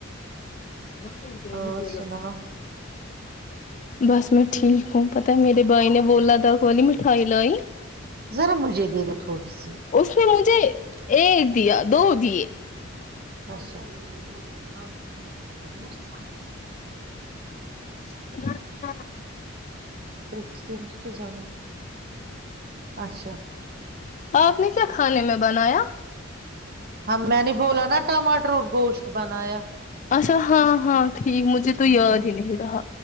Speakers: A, on the left; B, on the right.
A: ہ س
B: اور
A: پ
B: سناؤ
A: گ بس میں ٹھیک ہوں پتا میرے بھائی نے وولا داغ والی مٹھائی لائی
B: ذرا مجھے دے دو تھوڑی سی
A: اس نے ایک دیا دو د
B: اچھا ا مجھے س
A: نہیں
B: ا کس دن تو تو جا اچھا
A: آپ نے کیا کھانے میں بنایا
B: ہاں میں نہیں بولا نا ٹماٹر گوشت بنایا
A: اچھا ہاں ہاں ٹھیک مجھے تو یاد
B: ہاں
A: ہی نہیں رہا